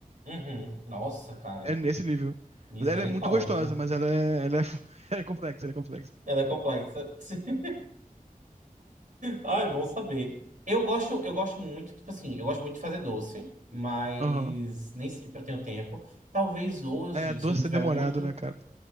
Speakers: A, on the right; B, on the right.
A: Uhum. Nossa, cara.
B: É nesse nível.
A: Misericórdia.
B: Mas ela é muito gostosa, mas ela é, ela é, <laughs> ela é complexa, ela é complexa.
A: Ela é complexa. <laughs> Ai, bom saber. Eu gosto, eu gosto muito, tipo assim, eu gosto muito de fazer doce, mas
B: Aham.
A: nem sempre eu tenho tempo. Talvez hoje,
B: É, doce
A: se eu não tiver
B: é demorado,
A: muito
B: né, cara?